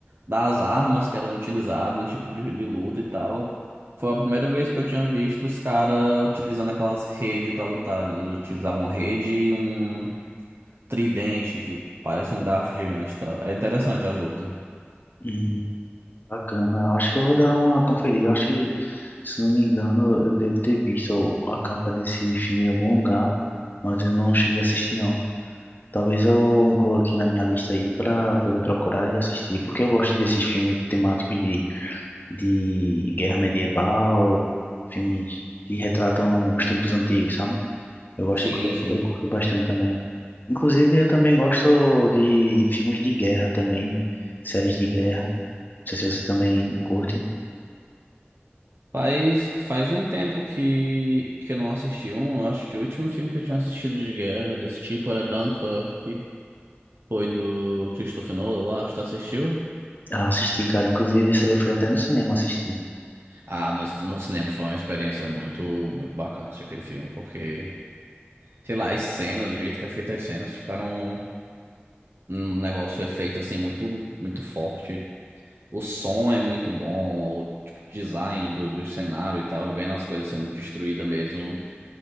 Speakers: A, on the right (about 65°); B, on the left (about 50°).
A: das armas que eram utilizadas, tipo de, de luta e tal. Foi a primeira vez que eu tinha visto os caras utilizando aquelas redes para lutar. Eles utilizavam rede e um tridente que parece um garfo gigante e tal. É interessante as lutas.
B: Hum, bacana. Acho que eu vou dar uma conferida. Acho que, se não me engano, eu devo ter visto a capa desse filme em algum lugar, mas eu não cheguei a assistir, não. Talvez eu inclua aqui na minha lista aí para poder procurar e assistir, porque eu gosto desses filmes temáticos de de guerra medieval, filmes que retratam os tempos antigos, sabe? Eu gosto,
A: Sim,
B: eu,
A: sim.
B: eu curto bastante também. Inclusive, eu também gosto de filmes de guerra também, séries de guerra. Não sei se você também curte.
A: Faz, faz um tempo que, que eu não assisti um. Eu acho que o último filme que eu tinha assistido de guerra desse tipo era Dunkirk. Foi do Christopher Nolan, eu acho. Tu assistiu?
B: Ah, assisti, cara. Inclusive, isso aí eu fui até no cinema assistir.
A: Ah, no, no cinema foi uma experiência muito, muito bacana assistir aquele filme, porque, sei lá, as cenas, do jeito que é feita as cenas, ficaram um negócio efeito assim muito, muito forte. O som é muito bom, o tipo, design do, do cenário e tal, vendo as coisas sendo destruídas mesmo,